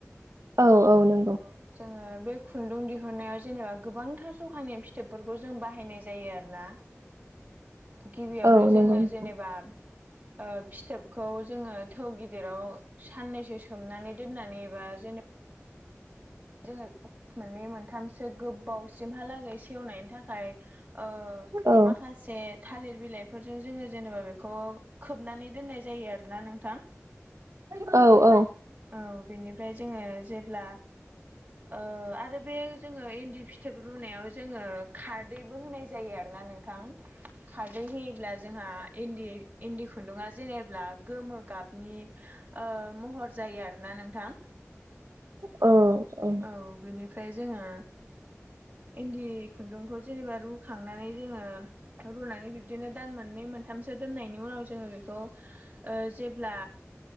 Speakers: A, on the right; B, on the right.
A: औ औ नों
B: औ जोङो बे खुन्दुं दिहुन्नायाव जेनेबा गोबांथार जखानि फिथोबफोरखौ जों बाहायनाय जायो आरोना
A: <unintelligible>
B: गिबियावनो
A: औ
B: जोङो
A: नंगौ नोंथां
B: जेनेबा ओ फिथोबखौ जोङो थौ गिदिराव साननैसो सोमनानै दोननानै एबा जेनबा जोङो <unintelligible> मोननै मोनथामसो गोबावसिमहालागै सेवनायनि थाखाय ओ
A: औ
B: माखासे थालिर बिलाइफोरजों जोङो जेनेबा बेखौ खोबनानै दोननाय जायो आरोना नोंथां
A: औ औ
B: औ बेनिफ्राय जोङो जेब्ला ओ आरो बे जोङो इन्दि फिथोब रुनायाव जोङो खारदैबो होनाय जायो आरोना नोंथां खारदै होयोब्ला जोंहा इन्दि इन्दि खुन्दुङआ जेनेबा गोमो गाबनि ओ महर जायो आरोना नोंथां
A: अ'
B: औ बेनिफ्राय जोङो इन्दि खुन्दुंखौ जेनेबा रुखांनानै जोङो रुनानै बिब्दिनो दान मोननै मोनथामसो दोननायनि उनाव जोङो बेखौ ओ जेब्ला